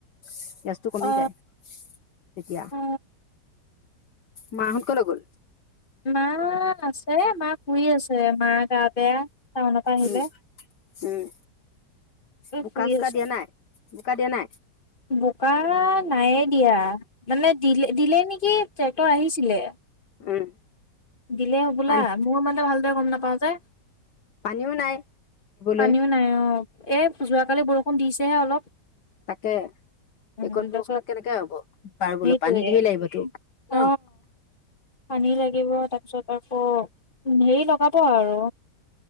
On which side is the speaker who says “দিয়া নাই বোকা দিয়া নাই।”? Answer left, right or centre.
Left